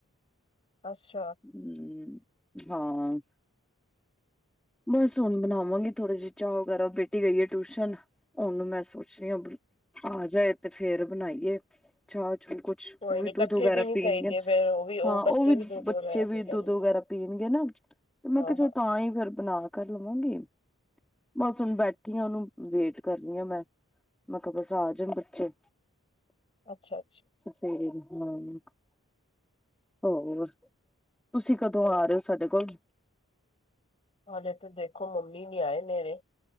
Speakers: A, on the left; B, in the centre.
A: ਅੱਛਾ।
B: ਹੁ ਹਾਂ। ਬਸ ਹੁਨ ਬਨਾਵਾਂਗੀ ਥੋੜੀ ਜੀ ਚਾਹ ਵਗੈਰਾ ਬੇਟੀ ਗਈ ਏ ਟਿਊਸ਼ਨ ਹੁਨ ਮੈਂ ਸੋਚ ਰਹੀ ਆ ਆ ਜਾਏ ਤੇ ਫੇਰ ਬਨਾਈਏ ਚਾਹ ਚੂ ਕੁ
A: ਕੋਈ
B: ਉਹ ਵੀ
A: ਨੀ ਇਕੱਠੇ
B: ਦੁੱਧ ਵਗੈਰਾ
A: ਪੀਣੀ
B: ਪੀਨਗੇ
A: ਚਾਹੀਦੀ ਹੈ ਫੇਰ ਉਹ ਵੀ
B: ਹਾਂ
A: ਬੱਚੇ
B: ਉਹ ਵੀ
A: ਦੁੱਧ
B: ਬੱਚੇ
A: ਵਗੈਰਾ ਪੀ
B: ਵੀ
A: ਲੈਂਦੇ
B: ਦੁੱਧ ਵਗੈਰਾ
A: ਆ।
B: ਪੀਨਗੇ ਨਾ। ਤੇ ਮੈਂ ਕਿਹਾ
A: ਆਹਾ,
B: ਚਲੋ ਤਾਂ ਹੀ ਫਿਰ ਬਨਾ ਕਰ ਲਵਾਂਗੀ। ਬਸ ਹੁਨ ਬੈਠੀ ਆ ਉਹਨੂੰ ਵੇਟ ਕਰਨੀ ਆ ਮੈਂ ਮੈਂ ਕਿਹਾ ਬਸ ਆ ਜਾਣ ਬੱਚੇ।
A: ਅੱਛਾ ਅੱਛਾ।
B: ਐਸੇ ਮੰਗ <unintelligible> ਹੋਰ ਤੁਸੀਂ ਕਦੋਂ ਆ ਰਹੇ ਹੋ ਸਾਡੇ ਕੋਲ
A: ਹਾਲੇ ਤੇ ਦੇਖੋ ਮੰਮੀ ਨੀ ਆਏ ਮੇਰੇ